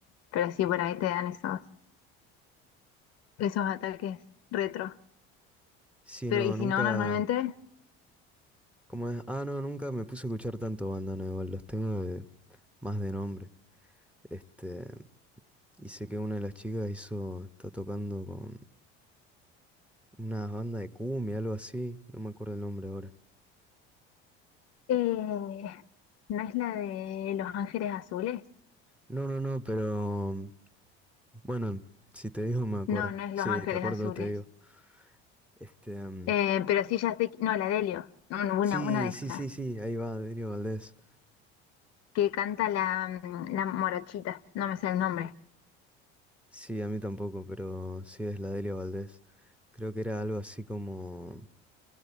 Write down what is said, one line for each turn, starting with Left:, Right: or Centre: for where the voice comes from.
Left: pero sí, por ahí te dan esos, esos ataques retro.
Centre: Sí,
Left: Pero,
Centre: no,
Left: ¿y si
Centre: nunca,
Left: no, normalmente?
Centre: ¿cómo es? Ah, no, nunca me puse a escuchar tanto bandana igual, los tengo de- más de nombre. Este, y sé que una de las chicas hizo, está tocando con una banda de cumbia, algo así, no me acuerdo el nombre ahora.
Left: Eh, no es la de Los Ángeles Azules.
Centre: No, no, no, pero mm, bueno, si te digo me acuerdo.
Left: No, no es
Centre: Sí,
Left: Los Ángeles
Centre: te acuerdo,
Left: Azules.
Centre: te digo. Este, em,
Left: Eh, pero sí ya sé, que- no, la de Helio. Un- Una,
Centre: sí,
Left: una de
Centre: sí,
Left: esas.
Centre: sí, sí, ahí va, Delio Valdés.
Left: Que canta la, mm, la morochita. No me sé el nombre.
Centre: Sí, a mí tampoco, pero sí es la Delio Valdés. Creo que era algo así como